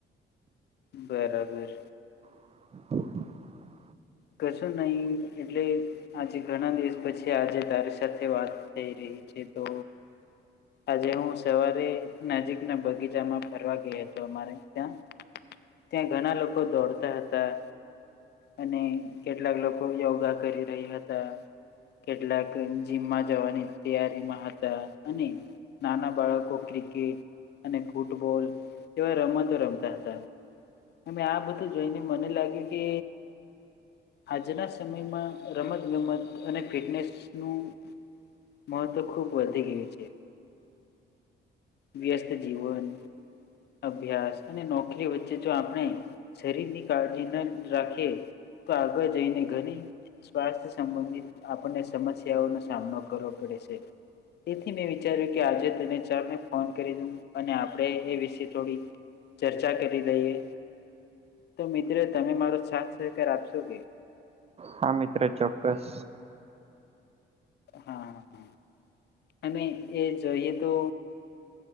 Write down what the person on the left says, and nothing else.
બરાબર.
કશું નહીં એટલે આજે ઘણા દિવસ પછી આજે તારી સાથે વાત થઈ રહી છે તો આજે હું સવારે નજીકના બગીચામાં ફરવા ગયો હતો અમારે ત્યાં ત્યાં ઘણા લોકો દોડતા હતા, અને કેટલાક લોકો યોગા કરી રહી હતા. કેટલાક જીમમાં જવાની તૈયારીમાં હતા અને નાના બાળકો ક્રિકેટ અને ફૂટબોલ એવા રમતો રમતા હતા. અને આ બધું જોઈને મને લાગ્યું કે આજના સમયમાં રમત-ગમત અને ફિટનેસનું મહત્વ ખુબ વધી ગયું છે. વ્યસ્ત જીવન, અભ્યાસ અને નોકરી વચ્ચે જો આપણે શરીરની કાળજી ન રાખીએ તો આગળ જઈને ઘણી સ્વાસ્થ્ય સંબંધિત આપણને સમસ્યાઓનો સામનો કરવો પડે છે. તેથી મેં વિચાર્યું કે આજે તને ચાલને ફોન કરી દઉ અને આપણેે એ વિશે થોડી ચર્ચા કરી લઈએ. તો મિત્રો તમે મારો સાથ સહકાર આપશો કે?
હા હા, અને એ જોઈએ તો